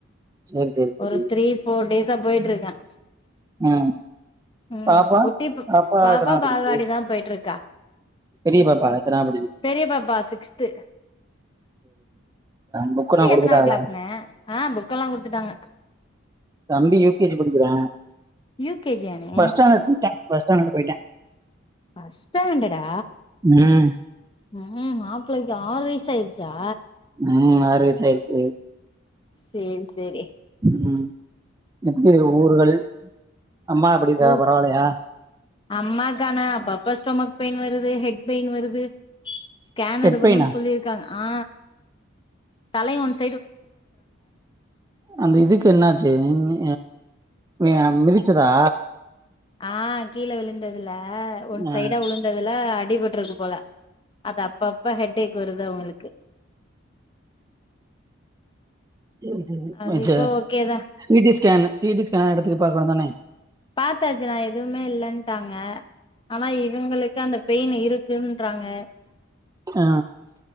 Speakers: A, on the right; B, on the left.
A: சரி சரி சரி
B: ஒரு த்ரீ போர் டேஸ் தா போயிட்டு இருக்கான்
A: ஆ
B: ம்
A: பாப்பா
B: குட்டி பப் பாப்பா
A: எத்தனாவது
B: பால்வாடி
A: படிக்குது
B: தான் போயிட்டு இருக்கா
A: பெரிய பாப்பா எத்தனாவது
B: பெரிய பாப்பா சிக்ஸ் த்து
A: புக்கெல்லாம் கொடுக்கிறாங்களா
B: எத்தனாவது கிளாஸ்ணே ஆ புக்கெல்லா குடுத்துட்டாங்க
A: தம்பி யூகேஜி படிக்கிறான்.
B: யூ கே ஜி யாணே
A: பஸ்ட் ஸ்டான்ட் பஸ் ஸ்டாண்ட்யிட்டே போய்ட்டான்
B: ஃபஸ்ட் ஸ்டாண்டர்டா
A: ம்
B: ம் மாப்பளைக்கு ஆறு வயசு ஆயிச்சா
A: ம் ஆறு வயசா ஆயிடுச்சு
B: செரி செரி
A: ம் எப்டி ஊர்கள் அம்மா எப்டி இருக்கா
B: ம்
A: பரவாயில்லையா
B: அம்மாக்கான அப்ப அப் இப்ப ஸ்டொமக் பெயின் வருது ஹெட் பெயின் வருது ஸ்கேன்
A: ஹெட்
B: எடுக்கணும்னு
A: பெயினா
B: சொல்லியிருக்காங்க ஆ தலயு ஒன்ஸ்
A: அந்த இதுக்கு என்னாச்சு நீன் நி ஆ அ மிதுச்சதா
B: ஆ கீழ விழுந்த துல் லா ஒன்
A: ஆ
B: சைடா உழுந்ததுல அ அடிபட்டுருக்கு போல அது அப்பப்ப ஹெட்டேக் வருது அவங்களுக்கு
A: செரி செரி
B: அது
A: வச்ச
B: இப்போ ஓகேதா
A: C T scan C T scan எடுத்து பாகணு தானே
B: பாத்தாச்னா எதுவுமே இல்லன்ட்டாங்க ஆனா இவங்களுக்கு அந்த பெயின் இருக் கிங்றாங்க
A: ஆ